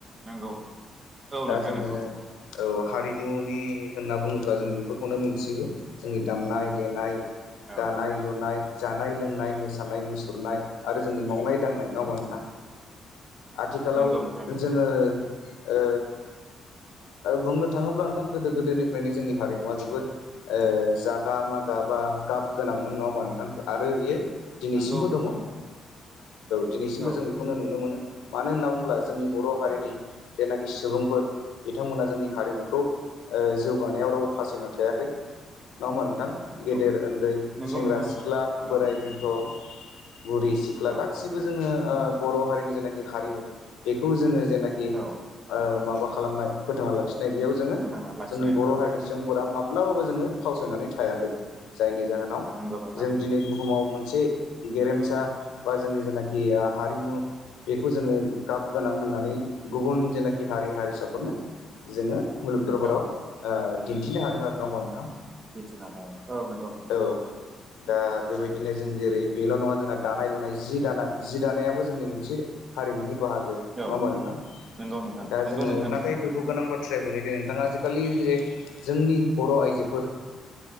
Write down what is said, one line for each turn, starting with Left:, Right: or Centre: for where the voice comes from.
Right: नंगौ औ
Left: दा
Right: नोंथां
Left: जोङो
Right: नंगौ नंगौ।
Left: औ हारिमुनि होनना बुङोब्ला जों बेफोरखौनो मोनथिजोबो जोंनि दामनाय-देनाय
Right: औ
Left: दानाय लुनाय जानाय लोंनाय मोसानाय मुसुरनाय आरो जोंनि मावनाय दांनाय। नङा होनबा नोंथां आथिखालाव
Right: नंगौ नोंथां नंगौ
Left: जोङो ओ बुंनो थाङोब्ला नोंथां गोदो गोदोनिफ्रायनो जोंनि हारिमुवा जोबोद ओ जागा मागा बा गाब गोनांमोन नङा होमबा नोंथां आरो बियो दिनैसिमबो
Right: नंगौ नोंथां
Left: दङ औ
Right: नंगौ
Left: दिनैसिमबो
Right: औ नंगौ
Left: जों बेखौनो नुनो मोनो मानो होनना बुङोब्ला जोंनि बर'हारिनि
Right: औ
Left: जेनाखि सुबुंफोर बिथांमोना जोंनि हारिमुखौ ओ जौगानायाव रावबो फासायना थायाखै। नङा होमबा नोंथां
Right: नंगौ
Left: गेदेर उन्दै
Right: नंगौ
Left: सेंग्रा
Right: नोंथां नंगौ
Left: सिख्ला
Right: औ
Left: बोराय बेन्थ' बुरि सिख्ला
Right: औ
Left: गासिबो जोङो ओ बर' हारिनि जेनाखि हारिमु बेखौ जोङो जेनाखि
Right: औ
Left: ओ माबा खालामनाय फोथांना लाखि नाय बेयाव जोङो
Right: फोथांनानै लाखिनाय
Left: जोंनि बर'
Right: औ
Left: हारिनि सुबुंफोरा माब्लाबाबो जोङो फावसायनानै थायाखै जायनि जाहोनाव
Right: नंगौ नोंथां
Left: जों दिनै बुहुमाव मोनसे गेरेमसा बा जोंनि जेनाखि ओ हारिमु बेखौ जोङो गाब गोनां होननानै गुबुन जेनाखि हारि हारिसाफोरनो जोङो मुलुग दरबाराव
Right: औ
Left: ओ दिन्थिनो हादों आरो नङा होमबा नोंथां।
Right: बिदि नागार औ नंगौ नंगौ।
Left: औ दा बेबायदिनो जों जेरै बेल' नङा जोंना दानाय -लुनाय जि दानाय जि दानाया जोंनि मोनसे हारिमुनि बाहागो नङा
Right: औ
Left: होमबा नोंथां।
Right: नंगौ नोंथां
Left: दा
Right: नंगौ
Left: जोङो
Right: नोंथां
Left: नाथाय
Right: नंगौ
Left: दुखु गोनां बाथ्राया बेनो दे नोंथाङा आजिखालि जे जोंनि बर' आइजोफोर